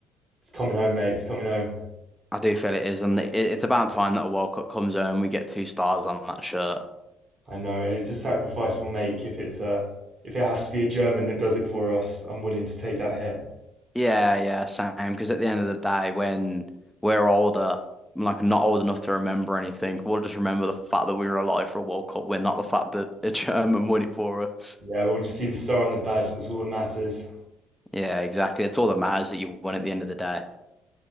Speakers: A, on the right; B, in the centre.
A: It's coming home, mate. It's coming home.
B: I do feel it is, and it, it's about time that a World Cup comes home. We get two stars on that shirt.
A: I know, and it's a sacrifice we'll make if it's a if it has to be a German that does it for us. I'm willing to take that hit.
B: Yeah, yeah, same. Because at the end of the day, when we're older, like not old enough to remember anything, we'll just remember the fact that we were alive for a World Cup win, not the fact that a German won it for us.
A: Yeah, we'll just see the star on the badge. That's all that matters.
B: Yeah, exactly. It's all that matters that you won at the end of the day.